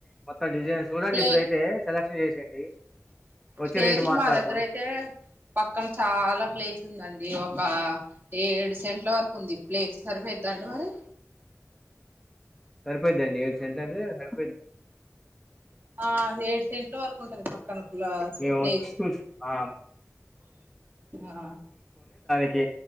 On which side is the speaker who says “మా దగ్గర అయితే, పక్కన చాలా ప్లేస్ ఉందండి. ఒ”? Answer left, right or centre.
Right